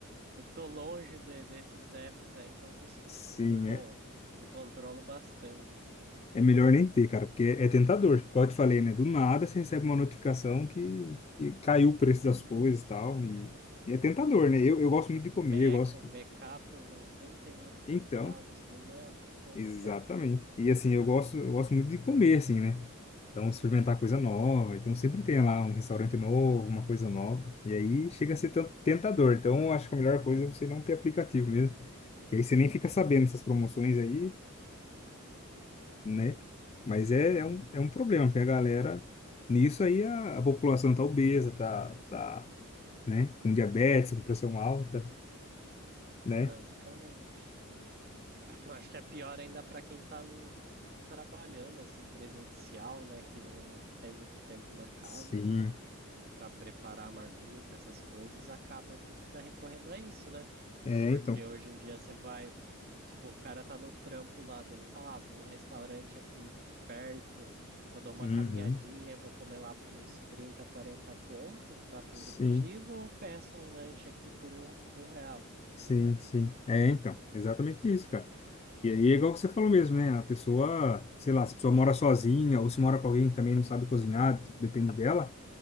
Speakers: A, on the right; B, on the left.
A: Eu tô longe de- desses apps aí, então eu consigo
B: Sim,
A: me, con-
B: é,
A: me controlo bastante, assim.
B: é melhor nem ter, cara, porque é tentador. Igual eu te falei, né? Do nada você recebe uma notificação que, que caiu o preço das coisas e tal, e, e é tentador, né?
A: Um
B: Eu, eu gosto muito de
A: Mac,
B: comer, eu gosto.
A: um BK por 99 centavos
B: Então,
A: do nada, quem
B: exatamente.
A: não quer?
B: E assim, eu gosto, eu gosto muito de comer, assim, né? Então, experimentar coisa nova. Então, sempre tem lá um restaurante novo, uma coisa nova. E aí chega a ser tan- tentador. Então, eu acho que a melhor coisa é você não ter aplicativo mesmo. Que aí você nem fica sabendo essas promoções aí. né? Mas é,
A: Aham,
B: é um, é um problema, porque a galera, nisso aí a, a população tá obesa, tá, tá, né? Com diabetes, com pressão alta, né?
A: Basicamente. <clears throat> Acho que é pior ainda para quem tá n- trabalhando, assim, presencial, né? Que não tem muito tempo na casa
B: Sim,
A: para preparar a marmita, essas coisas, acaba que fica recorrendo a isso, né?
B: é,
A: Porque
B: então.
A: hoje em dia você vai, tipo, o cara tá no trampo lá dele, fala, ah, vou num restaurante aqui perto, eu dou uma
B: Uhum.
A: caminhadinha, vou comer lá por uns 30 40 conto, um prato
B: Sim,
A: executivo, ou peço um lanche aqui por um, um real.
B: sim, sim. É, então, exatamente isso, cara. E aí é igual você falou mesmo, né? A pessoa, sei lá, se a pessoa mora sozinha ou se mora com alguém que também não sabe cozinhar, tipo, depende dela,